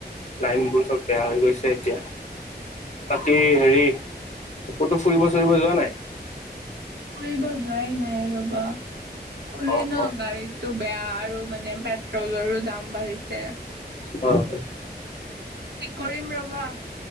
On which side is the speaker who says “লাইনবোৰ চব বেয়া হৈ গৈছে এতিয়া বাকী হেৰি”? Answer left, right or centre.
Left